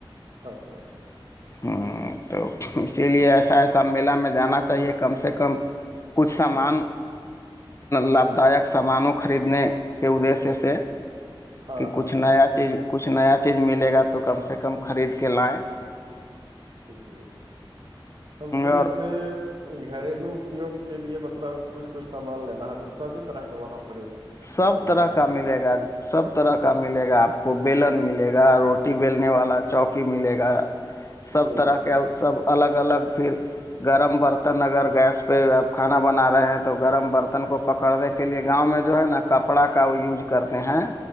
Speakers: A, on the right (about 60°); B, on the left (about 35°).
A: اچھا اچھا
B: ہوں تو اسی لیے ایسا ایسا میلہ میں جانا چاہیے کم سے کم کچھ سامان لابھداک سامانوں خریدنے کے ادشیہ سے سے
A: ہاں
B: کہ کچھ
A: ہاں
B: نیا
A: ہاں
B: چیز کچھ نیا چیز ملے گا تو کم سے کم خرید کے لائیں
A: جی ہم کو
B: اور
A: جیس سے گھریلو اپیوگ کے لیے مطلب کچھ کچھ سامان لینا ہے تو سبھی طرح کا وہاں پر ہی
B: سب
A: اپلبدھ
B: طرح
A: رہے
B: کا ملے گا سب طرح کا ملے گا آپ کو بیلن ملے گا روٹی بیلنے والا چوکی ملے گا سب
A: جی
B: طرح
A: جی
B: کے سب الگ الگ پھر گرم برتن اگر گیس پہ آپ کھانا بنا رہے ہیں تو گرم برتن کو پکڑنے کے لیے گاؤں میں جو ہے نا کپڑا کا وہ یوز کرتے ہیں